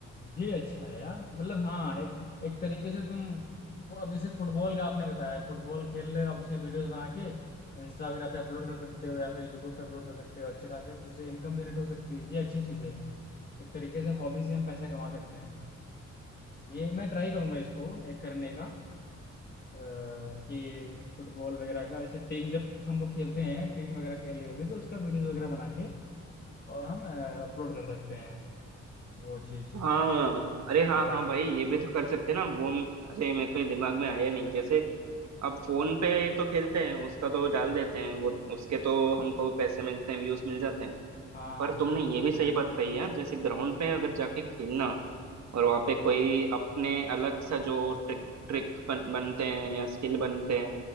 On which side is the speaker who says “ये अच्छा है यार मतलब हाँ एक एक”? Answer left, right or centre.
Left